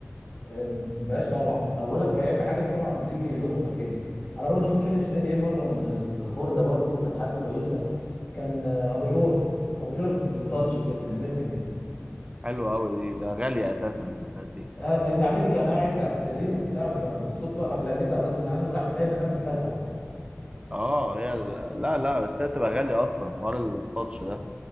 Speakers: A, on the left (about 40°); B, on the right (about 25°).
A: آه، بلاش طبعا أنا بقول لك فهي في حاجات طبعا بتيجي لقطه كده انا برضو مش فاكر اشتريت ايه مره من الخرده برضو كانت حاجه كويسه كان آه، اباجوره اباجوره بت- بتاتش كده تلمسها كده
B: حلو أوي دي ده غالية أساسا الحاجات دي
A: آه ابن عمتي كان قاعد على السرير وبتاع ب- بالصدفه راح لامسها غصب عنه راحت قايده قامت فزع
B: اه هي ال- لا لا بس هي بتبقى غالية أصلا حوار التاتش ده